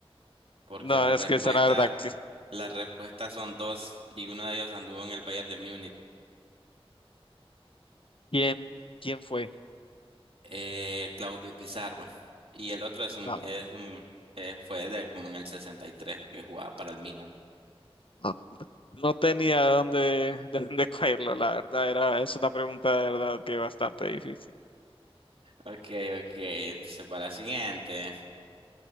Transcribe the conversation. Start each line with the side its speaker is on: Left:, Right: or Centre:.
Right: porque
Left: No,
Right: la respuesta,
Left: es que esa la verdad que
Right: la respuesta son dos y uno de ellos anduvo en el Bayern de Múnich,
Left: ¿quién, quién fue?
Right: eh, Claudio Pizarro, y el otro es un,
Left: No,
Right: es un, eh, fue de como en el 63 que jugaba para el Milan.
Left: no, no tenía de dónde, de dónde <laughs> cogerlo, la verdad, era, es una pregunta de verdad que bastante difícil.
Right: Ok, ok, entonces va la siguiente.